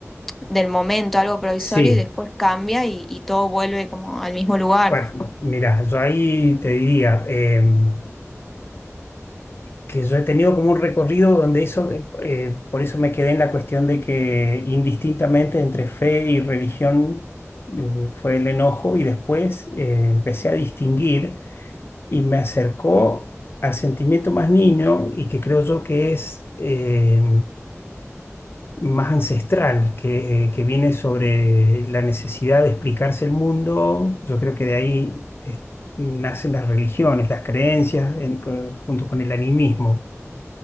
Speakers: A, in the centre; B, on the left (about 45°).
A: del momento, algo provisorio,
B: Sí,
A: y después cambia y, y todo vuelve como al mismo lugar.
B: bueno, mira, yo ahí te diría, em, que yo he tenido como un recorrido donde eso, eh, por eso me quedé en la cuestión de que indistintamente entre fe y religión eh, fue el enojo y después eh, empecé a distinguir y me acercó al sentimiento más niño y que creo yo que es eh, más ancestral, que, que viene sobre la necesidad de explicarse el mundo. Yo creo que de ahí... eh, nacen las religiones, las creencias, en- junto con el animismo.